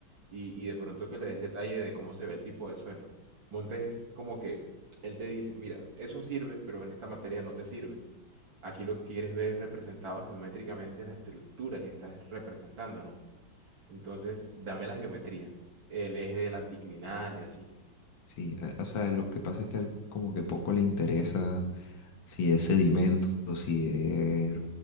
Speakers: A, on the right; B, on the left.
A: y, y de pronto que le des detalle de cómo se ve el tipo de suelo. Montes es como que él te dice, mira, eso sirve, pero en esta materia no te sirve. Aquí lo que quieres ver es representado geométricamente la estructura que estás representando, ¿no? Entonces, dame la geometría, el eje del anticlinal y así,
B: Sí, a- o sea, lo que pasa es que al- como que poco le interesa si es sedimento, si es